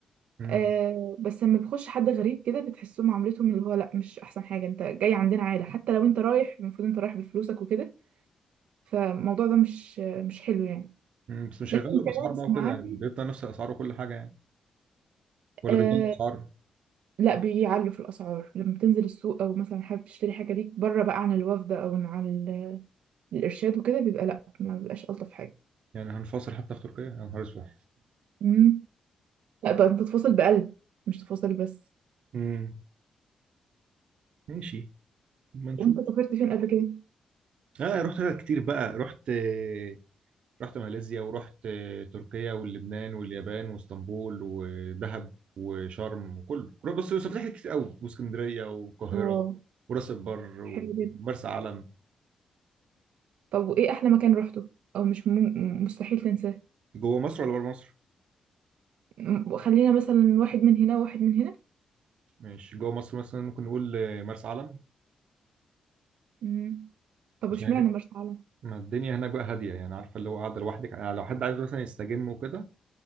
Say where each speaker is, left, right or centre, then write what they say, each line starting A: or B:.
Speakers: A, on the right; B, on the right.
A: امم
B: آه بس لما بيخش حد غريب كده بتحسه معاملتهم اللي هو لا مش احسن حاجه انت جاي عندنا عائله حتى لو انت رايح المفروض انت رايح بفلوسك وكده فالموضوع ده مش آه، مش حلو يعني
A: أمم، بس مش
B: لكن
A: هيغلوا الاسعار
B: كناس
A: بقى وكده
B: معاهم
A: يعني بيبقى نفس الاسعار وكل حاجه يعني ولا
B: آه
A: بيغلوا الاسعار
B: لا بيعلوا في الاسعار لما بتنزل السوق او مثلا حابب تشتري حاجه ليك بره بقى عن الوفد او عن عن ال- الارشاد وكده بيبقى لا ما بيبقاش الطف حاجه
A: يعني هنفاصل حتى في تركيا يا نهار اسود
B: امم لا ده انت تفاصل بقلب مش تفاصل بس
A: <laughs> امم ماشي ما نشوف
B: وانت سافرت فين قبل كده
A: اه رحت حاجات كتير بقى رحت آه، رحت ماليزيا ورحت آه، تركيا واللبنان واليابان واسطنبول ودهب وشرم وكله كله- بس سافرت حاجات كتير قوي واسكندريه والقاهره
B: واو
A: وراس البر ومرسى
B: حلو جدا
A: علم
B: طب وايه احلى مكان روحته او مش مم... مستحيل تنساه
A: جوه مصر ولا بره مصر؟
B: م- وخلينا مثلا واحد من هنا وواحد من هنا
A: ماشي جوه مصر مثلا ممكن نقول آه، مرسى علم
B: مم. طب
A: عشان
B: واشمعنى
A: هناك
B: مرسى علم
A: ما الدنيا هناك بقى هادية يعني عارفة اللي هو قاعدة لوحدك يعني لو حد عايز مثلا يستجم وكده